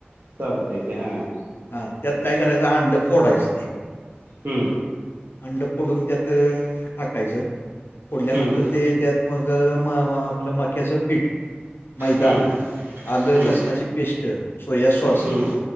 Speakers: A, on the right; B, on the left.
A: चालतंय ते हा
B: हा त्यात. काय करायच अंड फोडायच ते
A: हम्म
B: अंड पोडून त्यात टाकायचं पोडल्यानंतर
A: हम्म
B: ते त्यात मग आपलं माक्याचं पीठ मैदा,
A: हम्म
B: आलं
A: हम्म
B: लसणाची पेस्ट, सोया सॉस
A: हम्म